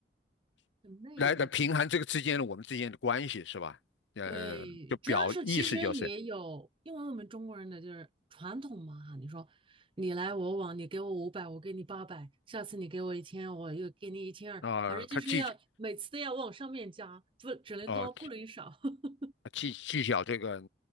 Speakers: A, on the right; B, on the left.
A: 很累，
B: 来来平衡这个之间的我们之间的关系是吧？
A: 你知道。
B: 呃，
A: 对，
B: 就表意思就是。
A: 主要是其实也有，因为我们中国人的就是传统嘛哈，你说你来我往，你给我五百，我给你八百，下次你给我一千，我又给你一千二，
B: 啊、
A: 反正就是要每次都要往上面加，
B: 他既
A: 不只能多不能少。
B: 哦，
A: <laughs>
B: 计计较这个